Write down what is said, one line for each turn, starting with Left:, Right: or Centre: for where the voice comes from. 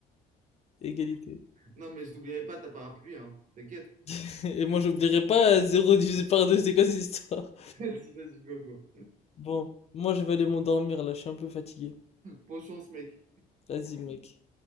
Left: Égalité.
Right: Non, mais je t'oublierai pas ta parapluie, hein. T'inquiète.
Left: <laughs> Et moi j'oublierai pas euh, zéro divisé par 2. c'est quoi cette histoire?
Right: <laughs> Vas-y, vas-y, gogo.
Left: Bon, moi je vais aller m'endormir là, je suis un peu fatigué.
Right: Bonne chance, mec.
Left: Vas-y mec.